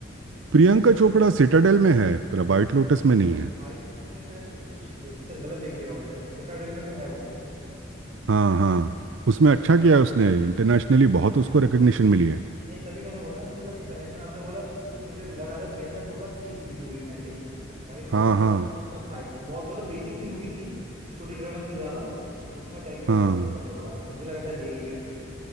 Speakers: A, on the right; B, on the right.
A: प्रियंका चोपड़ा सिटाडेल में है पर वाइट
B: नहीं
A: लोटस में नहीं
B: व्हाइट मैंने शायद कुछ देखा शायद गलत देख लिया होगा शायद सिटाडेल में तो है वो
A: हाँ हाँ उसमें अच्छा किया है उसने इंटरनेशनली बहुत उसको रिकग्निशन मिली है
B: नहीं तभी मैंने बोला ना मुझे सर इंटरनेशनल आपने बोला तो मुझे लगा सर प्रियंका चोपड़ा थी किसी मूवी में ऐसे ही व्हाइट लोटस
A: हाँ
B: नाम
A: हाँ
B: का कुछ तो था एक बहुत मतलब बेसिक सी मूवी थी स्टोरी ड्रिवन थी ज्यादा उसमें कैरेक्टर
A: हाँ
B: था प्रियंका चोपड़ा का मुझे लगा शायद यही है